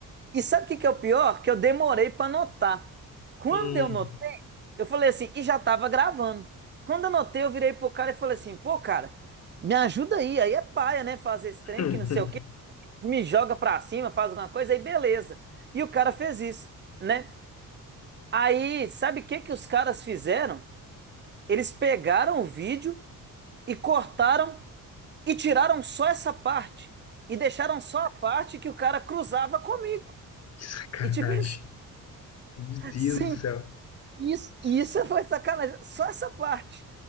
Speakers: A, on the right; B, on the left.
A: E sabe o que que é o pior? Que eu demorei para notar. Quando
B: Hum.
A: eu notei, eu falei assim, e já tava gravando. Quando eu notei, eu virei pro cara e falei assim, pô, cara, me ajuda aí. Aí é paia, né? Fazer esse trem
B: <laughs>
A: que não sei o quê, me joga pra cima, faz alguma coisa, aí beleza. E o cara fez isso, né? Aí, sabe o que que os caras fizeram? Eles pegaram o vídeo e cortaram e tiraram só essa parte. E deixaram só a parte que o cara cruzava comigo.
B: Que sacanagem.
A: E tipo assim,
B: Meu
A: <laughs>
B: Deus
A: sim,
B: do céu.
A: Isso,
B: Sim.
A: isso foi sacanagem. Só essa parte.